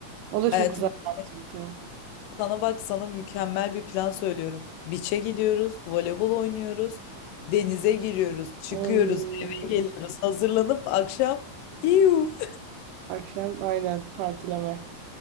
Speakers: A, on the right; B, on the left.
A: O da
B: <laughs> Hayatımda
A: çok güzel bir aktivite.
B: Sana bak sana mükemmel bir plan söylüyorum. Beach'e gidiyoruz, voleybol oynuyoruz, denize giriyoruz, çıkıyoruz,
A: Oy.
B: eve geliyoruz, hazırlanıp akşam İyu.
A: Akşam aynen partileme.